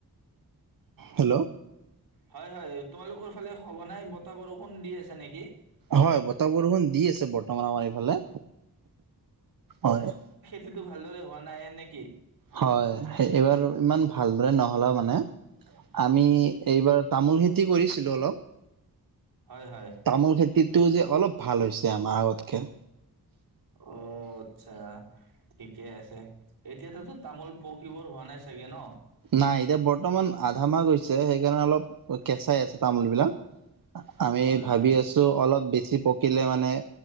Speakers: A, on the right; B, on the right.
A: হেল্ল'।
B: হয় হয়। তোমালোকৰ ফালে সঘনাই বত তাহ বৰষুণ দি আছে নেকি?
A: হয় বতাহ বৰষুণ দি আছে বৰ্তমান আমাৰ এইফালে, হয়।
B: একো ভালদৰে হোৱা নাইে নেকি?
A: হয় এইবাৰ ইমান ভালদৰে নহ'লেও মানে আমি এইবাৰ তামোল খেতি কৰিছিলো অলপ।
B: হয়, হয়।
A: তামোল খেতিত এইটো যে অলপ ভাল হৈছে আমাৰ আগতকে।
B: অ', আচ্ছা। ঠিকে আছে, এতিয়াততো তামোল পকীবৰ হোৱা নাই চাগে ন'?
A: নাই, এতিয়া বৰ্তমান আধা মাহ হৈছে সেইকাৰণে অলপ কেঁচাই আছে তামোল বিলাক। আমি
B: হয়,
A: ভাবি
B: হয়।
A: আছো অলপ বেছি খি পকীলে মানে